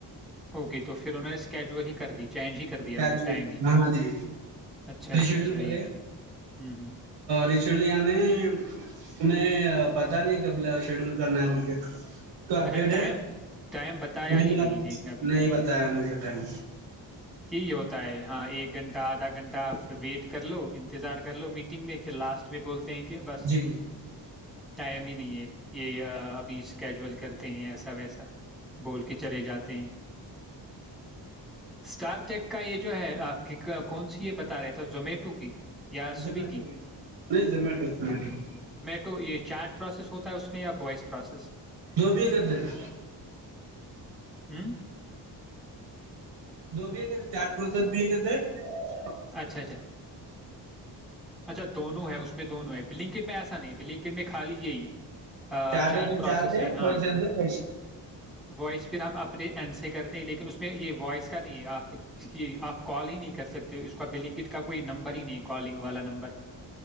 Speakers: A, in the centre; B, on the right.
A: اوکے تو پھر انوں نے اسکیجول ہی کر دی چینج ہی کر دیا
B: جل
A: انہوں نے ٹائم ہی
B: ہ ہاں جی
A: اچھا اچھا
B: رشیڈل
A: اچھا
B: کرے
A: یہ چیز ہوں ہوں
B: رشیڈل یعنی انیں پتا نہیں کب شیڈیول کرنا ہے بول کے تو اپڈیٹ
A: اچھا ٹائم
B: ہے
A: ٹائم بتایا
B: نہیں
A: ہی
B: ملا
A: لیکن ابھی
B: نہیں بتایا مجھے ٹائم
A: یہی ہوتا ہے ہاں ایک گھنٹہ آدھا گھنٹا پ ویٹ کر لو انتظار کر لو میٹنگ میں پھر لاسٹ میں بولتا <unintelligible> تھینک یو بس
B: جی
A: <inaudible> ٹائم ہی نہیں ہے یہ ابھی اس کیجول <unintelligible> کرتے ہیں ایسا ویسا بول کے چلے جاتے ہیں <inaudible> اسٹار ٹیک کا یہ جو ہے <unintelligible> کون سی یہ بتا رہے تھا زومیٹو کی <inaudible>
B: زمیٹو
A: سویگی
B: نہیں زومیٹو زمیٹو <unintelligible>
A: تو یہ چیٹ پروسیس ہوتا ہے اس میں یا وائس پروسیس <unintelligible>
B: دوبیا کرتے <unintelligible>
A: ہوں <inaudible>
B: بھی تھے چار پروسز بھی کہ تھے <unintelligible>
A: اچھا اچھا اچھا دونوں ہے اس میں دونوں ہے <unintelligible> بلنکٹ میں ایسا نہیں بلنکٹ میں خالی یہی ہے <unintelligible> چیٹ
B: چاہتے تو
A: پروسیس
B: چارتے
A: سے ہاں
B: وس تو وس
A: وائس پھر ہم اپنے اینڈ سے کرتے ہیں لیکن اس میں یہ وائس کا نہیں ہے آپ اس کی آپ کال ہی نہیں کر سکتے اس کا بلنک کا کوئی نمبر ہی نہیں ہے کالنگ والا نمبر <unintelligible>